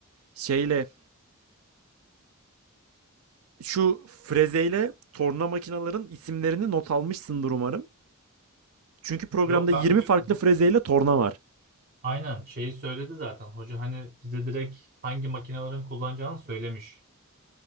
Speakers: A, on the right; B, on the right.
A: şeyle şu frezeyle torna makinaların isimlerini not almışsındır umarım. Çünkü programda
B: Yok
A: 20
B: ben biliyorum.
A: farklı frezeyle torna var.
B: Aynen şeyi söyledi zaten. Hoca hani bize direkt hangi makinelerin kullanacağını söylemiş.